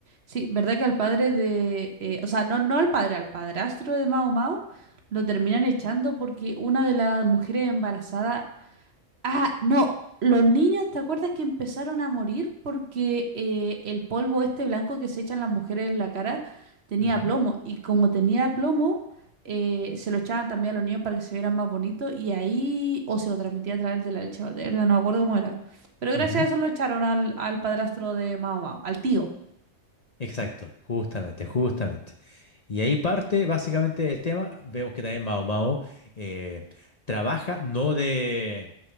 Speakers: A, on the right; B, on the left.
A: Sí, ¿verdad que al padre de, eh, o sea, no, no al padre, al padrastro de Mao Mao, lo terminan echando porque una de las mujeres embarazadas, ah, no, los niños, ¿te acuerdas que empezaron a morir porque eh, el polvo este blanco que se echan las mujeres en la cara tenía
B: ujú,
A: plomo? Y como tenía plomo, eh, se lo echaban también a los niños para que se vieran más bonitos y ahí, o se lo transmitía a través de la leche materna, no me acuerdo cómo era. Pero gracias
B: ujú.
A: a eso lo echaron al, al padrastro de Mao Mao, al tío.
B: Exacto, justamente, justamente. Y ahí parte básicamente el tema. Vemos que también Mao Mao eh, trabaja no de,